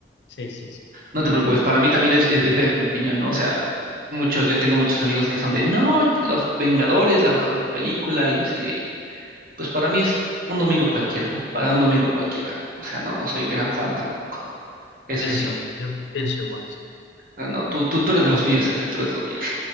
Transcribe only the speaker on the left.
Sí, sí, sí.
Eso
es. Yo pienso igual, sí.